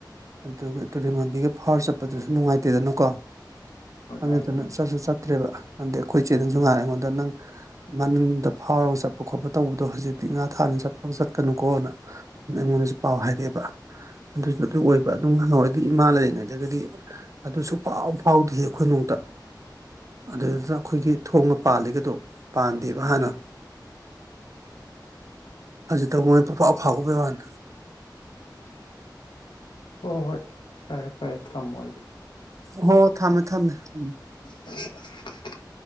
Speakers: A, on the right (about 45°); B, on the left (about 80°).
A: ꯑꯗꯨꯒ ꯇꯨꯔꯦꯟ ꯃꯕꯤꯒ ꯐꯥꯎꯔ ꯆꯠꯄꯗꯨꯁꯨ ꯅꯨꯡꯉꯥꯏꯇꯦꯗꯅꯀꯣ
B: ꯍꯣꯏ
A: ꯑꯗꯨꯗꯨꯅ
B: ꯃꯥꯅꯤ ꯃꯥꯅꯤ
A: ꯆꯠꯁꯨ ꯆꯠꯇ꯭ꯔꯦꯕ ꯑꯗꯩ ꯑꯩꯈꯣꯏ ꯏꯆꯦꯗꯁꯨ ꯉꯥꯏꯔꯦ ꯑꯩꯉꯣꯟꯗ ꯅꯪ ꯃꯅꯨꯡꯗ ꯐꯥꯎꯔꯒ ꯆꯠꯄ ꯈꯣꯠꯄ ꯇꯧꯕꯗꯣ ꯍꯧꯖꯤꯛꯇꯤ ꯉꯥ ꯊꯥꯅ ꯆꯠꯄꯒ ꯆꯠ ꯀꯩꯅꯨꯀꯣꯅ ꯑꯩꯉꯣꯟꯗꯁꯨ ꯄꯥꯎ ꯍꯥꯏꯔꯛꯑꯦꯕ ꯑꯗꯨꯁꯨ ꯑꯗꯨ ꯑꯣꯏꯕ ꯑꯗꯨꯝ ꯉꯥꯏꯍ ꯑꯣꯏꯣꯏꯗꯤ ꯏꯃꯥ ꯂꯩꯔꯤꯉꯩꯗꯒꯗꯤ ꯑꯗꯨꯁꯨ ꯐꯥꯎ ꯐꯥꯎꯗ ꯑꯩꯈꯣꯏ ꯅꯨꯡꯇ ꯑꯗꯨꯗꯨꯅ ꯑꯩꯈꯣꯏꯒꯤ ꯊꯣꯡꯒ ꯄꯥꯜꯂꯤꯒꯗꯣ ꯄꯥꯟꯗꯦꯕ
B: ꯎꯝ
A: ꯍꯥꯟꯅ ꯇ ꯃꯣꯏ ꯄꯨꯐꯥꯎꯗ ꯋꯥꯅꯤ
B: ꯍꯣꯏ ꯍꯣꯏ ꯐꯔꯦ ꯐꯔꯦ ꯊꯝꯃꯣ ꯑꯗꯨꯗꯤ
A: ꯍꯣ ꯊꯝꯃꯦ ꯊꯝꯃꯦ ꯎꯝ
B: <inaudible>